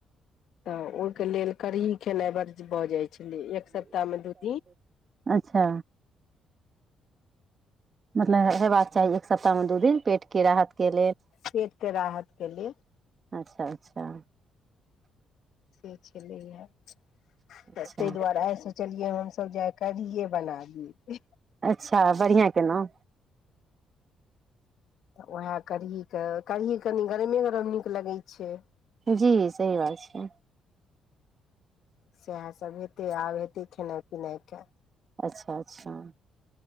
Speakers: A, on the left; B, on the right.
A: तऽ ओहि के लेल कढही खेनाइ बड़ भऽ जाय छलै एक सप्ताह मे दू दिन
B: अच्छा मतलब हेबाक चाही एक सप्ताहमे दू दिन पेट के राहत के लेल
A: पेटके राहतके लेल
B: अच्छा- अच्छा
A: से छलय ये तऽ
B: अच्छा
A: ताहि दुआरे आइ सोचलियै, हमसभ जे आय कढीये बना ली।
B: अच्छा बढ़िआँ केेलहु।
A: तऽ उऐह कढ़ी के, कढ़ी कनी गरमे गरम नीक लगय छै।
B: जी सही बात छै।
A: सैह सभ हेतै, आब हेतै, खेनाइ पिनाइके
B: अच्छा -अच्छा